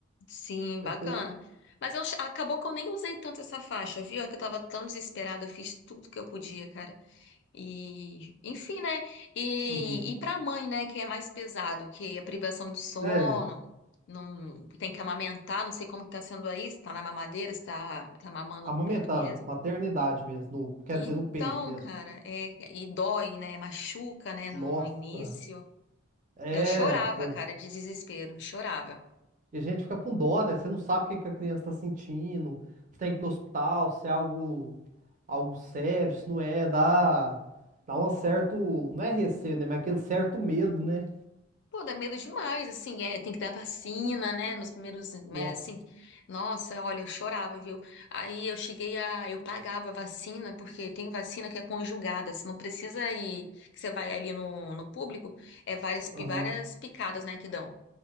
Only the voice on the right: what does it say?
Essa
aí. eu-
Uhum.
É.
Amamentando.
Maternidade mesmo. no- quer
dizer, no peito mesmo.
Nossa.
É.
foi.
E a gente fica com dó, né? Você não sabe o que que a criança tá sentindo, se tem que ir no hospital, se é algo, algo sério, se não é, dá, dá um certo, não é receio, né? Mas é aquele certo medo, né?
Nossa.
Aham,